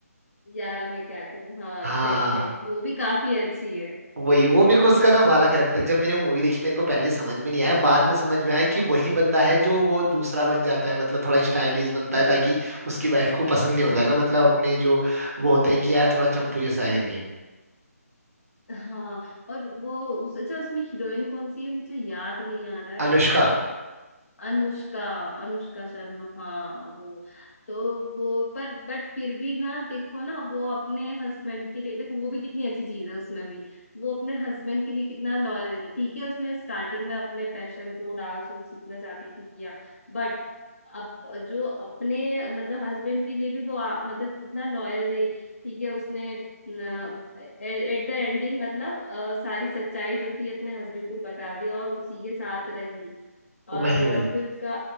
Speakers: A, on the left; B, on the right.
A: यारा मैं क्या करूँ हाँ
B: हाँ
A: सही सही वो भी काफी अच्छी है
B: वही वो मेरे को उसका ना वाला कैरेक्टर जब मैंने वो मूवी देखी मेरे को पहले समझ में नहीं आया बाद में समझ में आया कि वही बंदा है जो वो दूसरा बन जाता है मतलब थोड़ा स्टाइलिश बनता है ताकि उसकी वाइफ को पसंद नहीं होता है ना मतलब अपने जो वो होते हैं कि यार थोड़ा चंपू जैसा है करके
A: हाँ और वो अच्छा उसमें हीरोइन कौन सी है मुझे याद नहीं आ रहा है
B: अनुष्का
A: अनुष्का अनुष्का शर्मा हाँ वो तो वो पर बट फिर भी ना देखो ना वो अपने हस्बैंड के लिए देखो वो भी कितनी अच्छी चीज है उसमें भी वो अपने हस्बैंड के लिए कितना लॉयल रहती ठीक है उसने स्टार्टिंग में अपने पैशन को डांस उन्स सीखना चाहती थी किया बट अब जो अपने मतलब हस्बैंड के लिए भी वो आ, मतलब कितना लॉयल रही ठीक है उसने एट द एंडिंग मतलब अ, सारी सच्चाई जो थी अपने हस्बैंड को बता दिया और उसी के साथ रही और
B: वही
A: अ,
B: वही
A: फिर उसका